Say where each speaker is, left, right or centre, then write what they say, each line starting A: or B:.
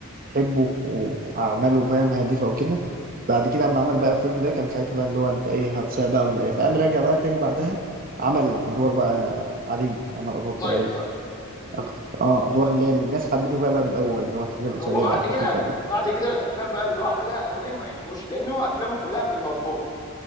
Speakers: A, on the right; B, on the left.
A: حبه واعماله فاهم هادفه وكده بعد كده اما عمل بقى الفيلم ده كان ساعتها بقى اللي هو انت ايه هتصيع بقى ولا ايه فقام راجع بقى تاني بعدها عمل ادوار بقى عاديه عمل ادوار
B: لايت
A: طبيعيه
B: بقى م-
A: اكتر
B: م.
A: اه ادوار اللي هي اللي الناس حبته فيها بقى من الاول اللي هو الحاجه الاسريه
B: هو بعد
A: بقى الخفيفه
B: كده
A: ال-
B: بعد كده الافلام بقى اللي هو عملها انا ليه ما بحبوش لان هو افلامه كلها في المضمون